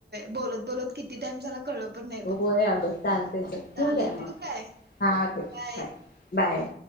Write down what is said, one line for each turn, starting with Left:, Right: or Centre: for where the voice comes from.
Right: बोलत-बोलत किती टाईम झाला क कळलं पण नाही. बघ
Left: होय अगं चालतंय. चल ठेवू
Right: चालेल
Left: का मग?
Right: काय
Left: हा ठेव,
Right: बाय.
Left: बाय-बाय.